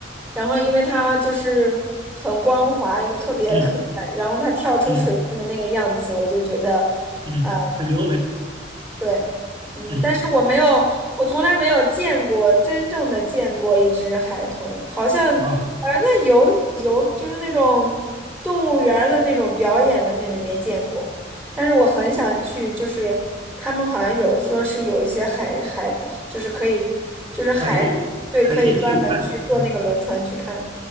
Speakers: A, in the centre; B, on the right.
A: 然后因为它就是很光滑又特别可爱，
B: 嗯
A: 然后它跳出水面的那个样子，
B: 嗯
A: 我就觉得，
B: 嗯，
A: 嗯、
B: 很优美，
A: 对，嗯，
B: 嗯
A: 但是我没有，我从来没有见过真正的见过一只海豚，好像，呃，
B: 啊。
A: 那游游就是那种动物园儿的那种表演的那里面见过，但是我很想去，就是他们好像有说是有一些海海，就是可以，就是海里，
B: 海域可以去看啊
A: 对，可以专门去坐那个轮船去看，